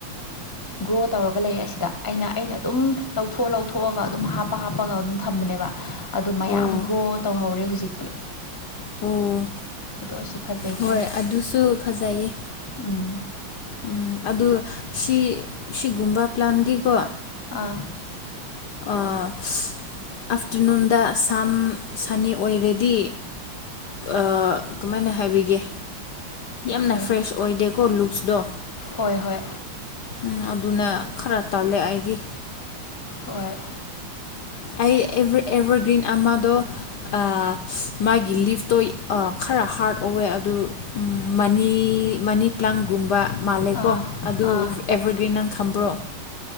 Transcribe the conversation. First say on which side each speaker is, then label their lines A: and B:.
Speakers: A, on the left; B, on the left.
A: <inaudible>
B: ꯒ꯭ꯔꯣ ꯇꯧꯔꯒ ꯂꯩꯌꯦ ꯑꯁꯤꯗ ꯑꯩꯅ ꯑꯩꯅ ꯑꯗꯨꯝ ꯂꯧꯊꯣꯛꯑ ꯂꯧꯊꯣꯛꯑꯒ ꯑꯗꯨꯝ ꯍꯥꯞꯄ ꯍꯥꯞꯄꯒ ꯑꯗꯨꯝ ꯊꯝꯕꯅꯦꯕ ꯑꯗꯨ ꯃꯌꯥꯝ
A: ꯑꯣ
B: ꯒ꯭ꯔꯣ ꯇꯧꯍꯧꯔꯦ ꯍꯨꯖꯤꯛꯇꯤ
A: ꯑꯣ
B: ꯑꯗꯨ ꯑꯁꯤ ꯐꯖꯩꯀꯣ
A: ꯍꯣꯏ ꯑꯗꯨꯁꯨ ꯐꯖꯩꯌꯦ
B: ꯎꯝ
A: ꯎꯝ ꯑꯗꯨ ꯁꯤ ꯁꯤꯒꯨꯝꯕ ꯄ꯭ꯂꯥꯟꯗꯤꯀꯣ
B: ꯑꯥ
A: ꯑꯥ <unintelligible> ꯑꯥꯐꯇꯔꯅꯨꯟꯗ ꯁꯝ ꯁꯅꯤ ꯑꯣꯏꯔꯗꯤ ꯑꯥ ꯀꯃꯥꯏꯅ ꯍꯥꯏꯕꯤꯒꯦ ꯌꯥꯝꯅ
B: ꯀꯩ
A: ꯐ꯭ꯔꯦꯁ ꯑꯣꯏꯗꯦꯀꯣ ꯂꯨꯛꯁꯇꯣ
B: ꯍꯣꯏ ꯍꯣꯏ
A: ꯎꯝ ꯑꯗꯨꯅ ꯈꯔ ꯇꯜꯂꯦ ꯑꯩꯗꯤ
B: ꯍꯣꯏ
A: ꯑꯩ ꯑꯦꯚꯔ ꯑꯦꯚꯔꯒ꯭ꯔꯤꯟ ꯑꯃꯗꯣ ꯑꯥ ꯃꯥꯒꯤ ꯂꯤꯐꯇꯣ ꯑꯥ ꯈꯔ ꯍꯥꯔꯗ ꯑꯣꯑꯦ ꯑꯗꯨ ꯎꯝ ꯃꯅꯤ ꯃꯅꯤ ꯄ꯭ꯂꯥꯡꯒꯨꯝꯕ ꯃꯥꯜꯂꯦꯀꯣ
B: ꯑꯥ
A: ꯑꯗꯨ
B: ꯑꯥ
A: ꯑꯦꯕꯔꯒ꯭ꯔꯤꯟ ꯅꯪ ꯈꯝꯕ꯭ꯔꯣ